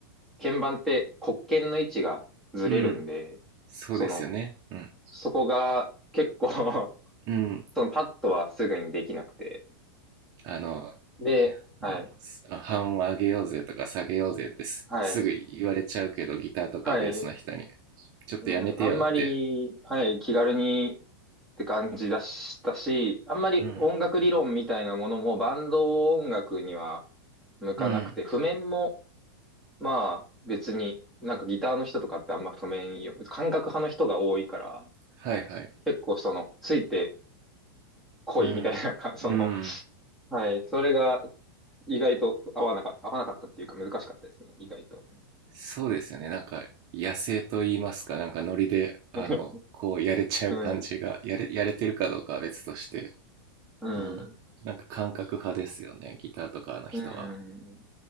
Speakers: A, in the centre; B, on the right (about 30°).
A: 鍵盤って黒鍵の位置がずれるんで、
B: うんそうですよねうん
A: その、そこが結構 <laughs>
B: うん
A: そのパッドはすぐにできなくて。
B: あの、
A: で、はい、
B: うん、半音上げようぜとか下げようぜってすすぐ言われちゃうけど、
A: はい、
B: ギターとかベースの人に、
A: はい、
B: ちょっとやめてよって。
A: うん、あんまり、はい、気軽にって感じだしたし、あんまり音楽理論みたいなものもバンド音楽には
B: うん。
A: 向かなくて、
B: うん。
A: 譜面も、まあ別に、なんかギターの人とかってあんま譜面よ、感覚派の人が多いから、
B: はいはい。
A: 結構その、ついてこいみたいなか、
B: うん。
A: <laughs> その、
B: うん。
A: はい、それが意外と合わなか、合わなかったっていうか難しかったですね、意外と。
B: そうですよね。なんか、野生と言いますか、なんかノリで、あの、
A: <laughs>
B: こうやれちゃう感じが、
A: うん。
B: やれ、やれてるかどうかは別として、
A: うん。
B: うん。なんか感覚派ですよね、ギターとかの人は。
A: うん。っ